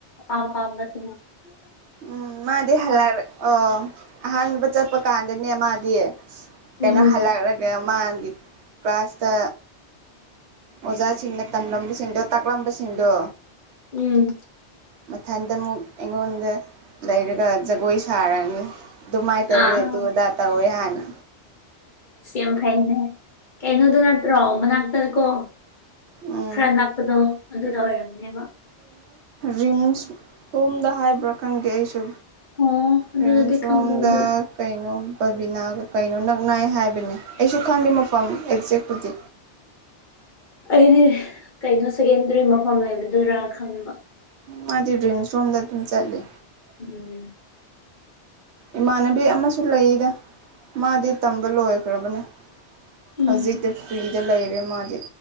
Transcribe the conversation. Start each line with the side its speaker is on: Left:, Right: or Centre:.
Left: ꯑꯃꯝꯕ ꯁꯤꯡ
Right: ꯎꯝ ꯃꯥꯗꯤ ꯍꯜꯂꯦ ꯑꯣ ꯑꯍꯥꯟꯕ ꯆꯠꯄ ꯀꯥꯟꯗꯅꯦ ꯃꯥꯗꯤ
Left: ꯎꯝ
Right: ꯀꯩꯅꯣ ꯍꯜꯂꯛꯂꯒ ꯃꯥꯒꯤ ꯀ꯭ꯂꯥꯁꯇ ꯑꯣꯖꯥꯁꯤꯡꯅ ꯇꯝꯂꯝꯕꯁꯤꯡꯗꯣ ꯇꯥꯛꯂꯝꯕꯁꯤꯡꯗꯣ
Left: ꯎꯝ
Right: ꯃꯊꯟꯇ ꯑꯃꯨꯛ ꯑꯩꯉꯣꯟꯗ ꯂꯩꯔꯒ ꯖꯒꯣꯏ ꯁꯥꯔꯅꯤ ꯗꯨꯃꯥꯏ ꯇ
Left: ꯑꯥ
Right: ꯍꯋꯦ ꯑꯗꯨꯗꯨꯗꯥꯥꯛ ꯇ ꯍꯋꯦ ꯍꯅ
Left: ꯁꯤꯝ ꯐꯥꯏꯅꯦ ꯀꯩꯅꯩꯅꯣ ꯑꯗꯨ ꯅꯠꯇ꯭ꯔꯣ ꯃꯅꯥꯛꯇ ꯀꯣ
Right: ꯎꯝ
Left: ꯈꯔ ꯂꯥꯛꯄꯗꯣ ꯑꯗꯨꯗ ꯑꯣꯏꯔꯝꯅꯦꯕ
Right: ꯔꯤꯝꯁꯇꯣꯝꯗ ꯍꯥꯏꯕ꯭ꯔꯥ ꯈꯪꯗꯦ ꯑꯩꯁꯨ
Left: ꯑꯣ ꯑꯗꯨꯗꯗꯤ
Right: <unintelligible>
Left: ꯈꯪꯗꯦ ꯑꯗꯨ
Right: ꯗ ꯀꯩꯅꯣ ꯀꯩꯅꯣ ꯅꯨꯡꯅꯥꯥꯏ ꯍꯥꯏꯕꯅꯦ ꯑꯩꯁꯨ ꯈꯪꯗꯦ ꯃꯐꯝ ꯑꯦꯛꯖꯦꯛꯄꯨꯗꯤ
Left: ꯑꯩꯗꯤ ꯀꯩꯅꯣ ꯁꯦꯀꯦꯟꯗꯔꯤ ꯃꯐꯝ ꯂꯩꯕꯗꯨꯔꯥ ꯈꯪꯕ
Right: ꯃꯥꯖꯤ ꯗ꯭ꯔꯤꯝꯁ ꯔꯣꯝꯗꯝ ꯆꯂꯤ
Left: ꯎꯝ
Right: ꯏꯃꯥꯟꯅꯕꯤ ꯑꯃꯁꯨ ꯂꯩꯔꯤꯗ ꯃꯥꯗꯤ ꯇꯝꯕ ꯂꯣꯏꯈ꯭ꯔꯕꯅꯦ
Left: ꯎꯝ
Right: ꯍꯧꯖꯤꯛꯇꯤ ꯐ꯭ꯔꯤꯗ ꯂꯩꯔꯦ ꯃꯥꯗꯤ